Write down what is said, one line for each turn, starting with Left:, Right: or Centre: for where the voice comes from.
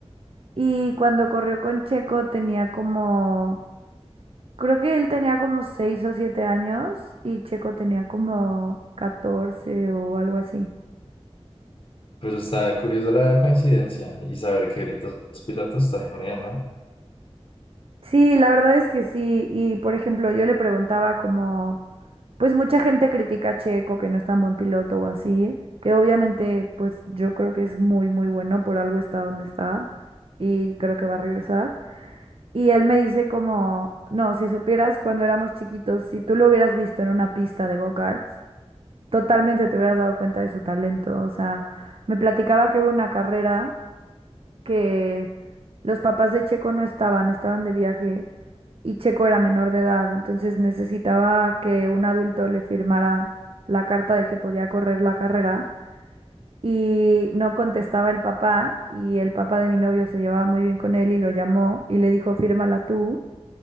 Right: Y cuando corrió con Checo tenía como, creo que él tenía como 6 o 7 años y Checo tenía como 14 o algo así.
Left: Pero está curiosa la coincidencia y saber que ahorita sos piloto está genial, no
Right: Sí, la verdad es que sí. Y por ejemplo, yo le preguntaba como, pues mucha gente critica a Checo que no es tan buen piloto o así, que obviamente pues yo creo que es muy muy bueno, por algo está donde está y creo que va a regresar. Y él me dice como, no, si supieras cuando éramos chiquitos, si tú lo hubieras visto en una pista de go-karts. totalmente te hubieras dado cuenta de su talento. O sea, me platicaba que hubo una carrera que los papás de Checo no estaban, estaban de viaje y Checo era menor de edad, entonces necesitaba que un adulto le firmara la carta de que podía correr la carrera y no contestaba el papá y el papá de mi novio se llevaba muy bien con él y lo llamó y le dijo, fírmala tú